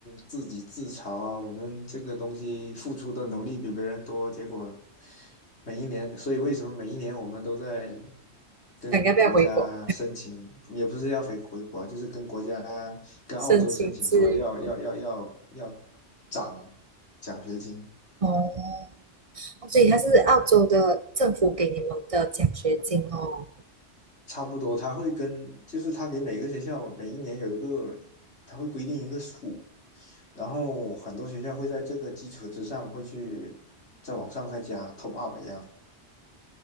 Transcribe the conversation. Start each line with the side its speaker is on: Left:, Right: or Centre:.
Left: 自己自嘲啊，我们这个东西付出的努力比别人多，结果每一年，所以为什么每一年我们都在跟国家申请，
Right: 想要不要回国
Left: 也不是要回回国，就是跟国家
Right: <laughs>
Left: 跟澳洲申请说要要要要要
Right: 申请志愿？
Left: 涨奖学金，
Right: 哦，哦所以它是澳洲的政府给你们的奖学金哦。
Left: 差不多他会跟，就是他给每个学校每一年有一个，他会规定一个数。然后很多学校会在这个基础之上，会去再往上再加 top up 一样。